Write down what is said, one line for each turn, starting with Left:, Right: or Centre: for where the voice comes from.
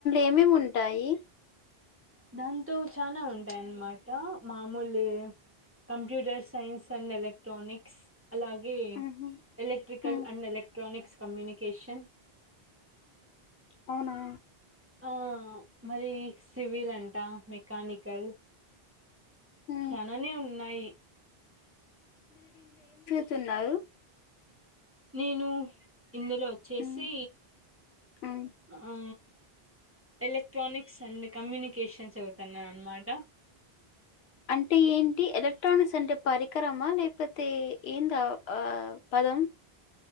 Left: ఏమేమ్ ఉంటాయి.
Right: దాంతో చాలా ఉంటాయన్నమాట మామూలు computer science and electronics అలాగే
Left: ఉహు
Right: ఎలక్ట్రికల్
Left: ఉ
Right: అండ్ ఎలక్ట్రానిక్స్ కమ్యూనికేషన్
Left: అవునా
Right: ఆ మరి సివిల్ అంటా మేక్ కానికల్
Left: ఉ
Right: చాలానే ఉన్నాయి
Left: సున్నారు
Right: నేను ఇందులో వచ్చేసి
Left: ఉ ఉ
Right: ఆ హా ఎలక్ట్రానిక్స్ అండ్ కమ్యూని కేషన్ చెదుతున్నా అనమాట
Left: అంటే ఏంటి ఎలక్ట్రానిక్స్ అంటే పరికరమా లేకపోతే ఏంద దా పదం